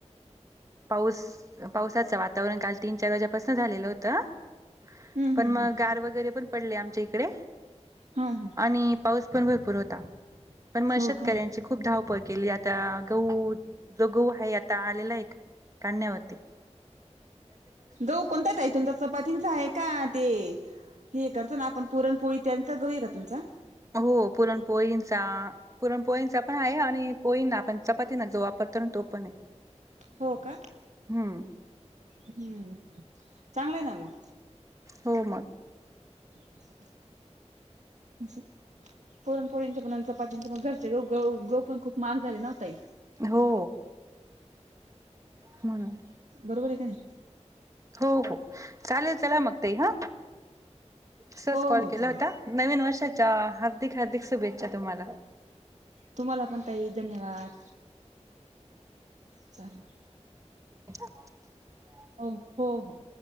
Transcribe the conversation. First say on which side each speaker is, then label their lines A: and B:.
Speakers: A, on the right; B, on the right.
A: पाऊस पावसाचं वातावरण काल तीन, चार वाजल्यापासन झालेलं होत. अं----पण
B: हम्म हम्म
A: मग गार वगैरे पण पडले आमच्या इकडे
B: हम्म हम्म
A: आणि पाऊस पण भरपूर होता. पण मग
B: हो
A: शेतकऱ्यांची
B: का
A: खूप धाव पळ केली आता गहू जो गहू आहे आता आलेला हाइत काय नाही होत ती,
B: गहु कोणता ताई तुमचा चपातींचा आहे का? ते हे करतो ना, आपण पुरणपोळी त्यांचा गहू आहे का तुमचा?
A: हो पुरणपोळींचा पुरण पोळींचा पण आहे आणि पोईंना आपण चपातीना ना जो वापरतो ना तो पण आहे.
B: हो का?
A: हम्म
B: हू चांगलं आहे ना मग,
A: हो मग,
B: <inaudible> पुरणपोळींचे पणं आणि चपातींचे पण घरचे गहू गहू पण खूप महाग झाले ना ओ ताई
A: हो हम्
B: बरोबर आहे का नाही.
A: हो हो चालेल चला मग ताई हा, सहज
B: हो
A: कॉल
B: हो
A: केला
B: चालेल
A: होता. नवीन वर्षाच्या हार्दिक- हार्दिक शुभेच्छा! तुम्हाला
B: तुम्हाला पण ताई धन्यवाद! चालल,
A: <inaudible>
B: हो हो हो